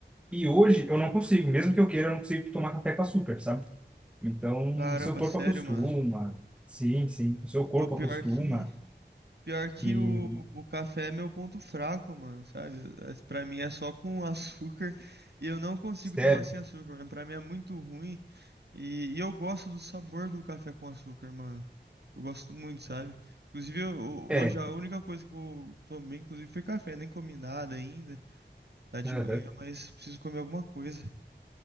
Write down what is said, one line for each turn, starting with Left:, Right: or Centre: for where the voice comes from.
Centre: E hoje eu não consigo, mesmo que eu queira, eu não consigo tomar café com açúcar, sabe? Então,
Right: Caramba,
Centre: o seu corpo
Right: sério,
Centre: acostuma.
Right: mano.
Centre: Sim, sim. O seu corpo
Right: Pô, pior
Centre: acostuma.
Right: que. Pior que
Centre: E,
Right: o, o café é meu ponto fraco, mano, sabe? As- Pra mim é só com <laughs> açúcar e eu não consigo
Centre: sério?
Right: tomar sem açúcar, mano. Pra mim é muito ruim e, e eu gosto do sabor do café com açúcar, mano. Eu gosto muito, sabe? Inclusive, eu- eu-
Centre: É.
Right: hoje a única coisa que eu tomei, inclusive, foi café. Nem comi nada ainda, tá de
Centre: aham.
Right: manhã, mas preciso comer alguma coisa.